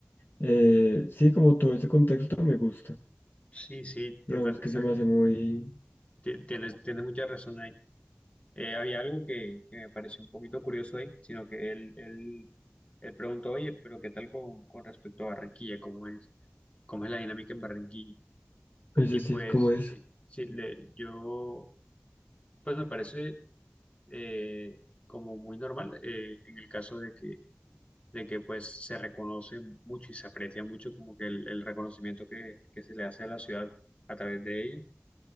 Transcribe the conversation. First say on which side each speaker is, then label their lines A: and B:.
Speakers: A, on the left; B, on the left.
A: Eh, sí, como todo ese contexto me gusta.
B: Sí, sí, total.
A: Digamos que
B: esa-
A: se me hace muy...
B: ti- tienes, tienes mucha razón ahí. Eh, había algo que, que me pareció un poquito curioso ahí, sino que él, él, él preguntó, oye, pero ¿qué tal con, con respecto a Barranquilla? ¿Cómo es? ¿Cómo es la dinámica en Barranquilla?
A: Ese
B: Y
A: sí,
B: pues,
A: sí, ¿cómo es?
B: sí, sí, le, yo, pues me parece eh, como muy normal eh, en el caso de que de que pues se reconoce mucho y se aprecia mucho como que el, el reconocimiento que, que se le hace a la ciudad a través de ella,